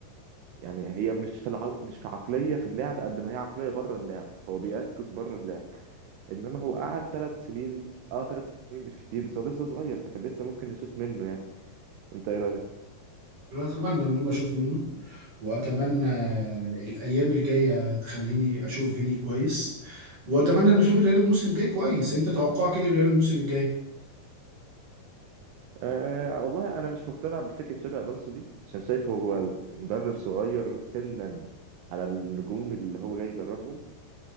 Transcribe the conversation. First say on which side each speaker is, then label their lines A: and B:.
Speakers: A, on the right; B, on the right.
A: يعني هي مش في الع... مش في عقلية في اللعب قد ما هي عقلية بره اللعب هو بيركز بره اللعب انما هو قعد ثلاث سنين اه ثلاث سنين مش كتير بس هو لسه صغير فكان لسه ممكن نشوف منه يعني انت ايه رأيك؟
B: انا اتمنى ان انا اشوف منه واتمنى الايام الجاية تخليني اشوف فيني كويس واتمنى ان اشوف الريال الموسم الجاي كويس انت توقعك ايه للريال الموسم الجاي
A: آه والله انا مش مقتنع بفكرة شابي الونسو دي عشان شايفه هو مدرب صغير سنا على النجوم اللي هو جاي يدربهم